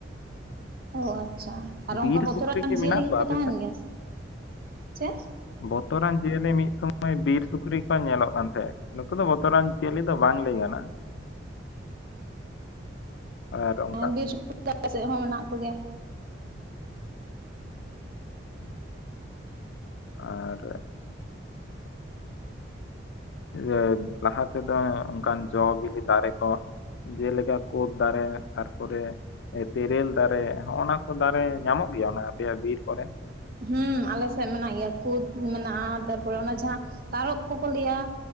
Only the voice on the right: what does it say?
ᱚ, ᱟᱪᱪᱷᱟ ᱟᱨ
ᱚᱱᱠᱟ ᱵᱚᱛᱚᱨ
ᱟᱱ
ᱡᱤᱭᱟᱹᱞᱤ
ᱠᱚ
ᱛᱟᱦᱮᱱ
ᱜᱮᱭᱟ? ᱪᱮᱫ?
ᱦᱮᱸ ᱵᱤᱨ ᱥᱩᱠᱨᱤ ᱫᱚ ᱟᱞᱮ ᱥᱮᱫ ᱦᱚᱸ ᱢᱮᱱᱟᱜ ᱠᱚ ᱜᱮᱭᱟ᱾
ᱦᱩᱸ, ᱟᱞᱮ ᱥᱮᱫ ᱢᱮᱱᱟᱜ ᱜᱮᱭᱟ ᱠᱩᱫ ᱢᱮᱱᱟᱜᱼᱟ, ᱛᱟᱨᱯᱚᱨᱮ ᱚᱱᱟ ᱡᱟᱦᱟᱸ ᱛᱟᱨᱚᱵ ᱠᱚᱠᱚ ᱞᱟᱹᱭᱟ᱾